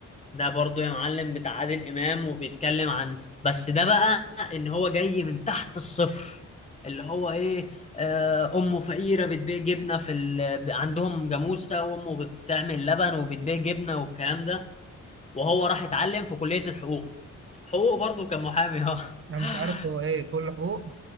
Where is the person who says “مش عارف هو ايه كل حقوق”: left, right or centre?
Right